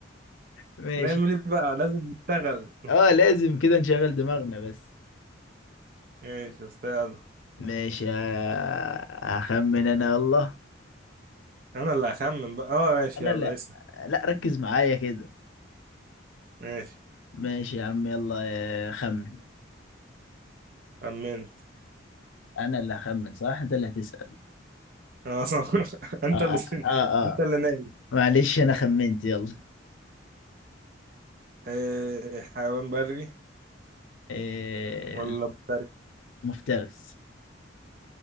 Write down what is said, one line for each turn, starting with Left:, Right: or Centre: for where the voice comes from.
Left: ماشي
Right: نعمل ايه بقى لازم نشتغل <laughs>
Left: اه لازم كده نشغل دماغنا بس
Right: ماشي يا اسطى يلا
Left: ماشي آه، هخمن انا والله
Right: انا اللي هخمن بقى اه ماشي
Left: انا
Right: يلا
Left: لا
Right: اسأل
Left: لا ركز معايا كده
Right: ماشي
Left: ماشي يا عم يلا آه، خمن
Right: خمنت
Left: انا اللي هخمن صح انت اللي هتسأل
Right: اه <laughs> انت
Left: اه
Right: اللي
Left: اه, آه.
Right: انت
Left: آه.
Right: اللي نايم
Left: معلش انا خمنت يلا
Right: آه، حيوان بري
Left: آه،
Right: ولا مفترس
Left: مفترس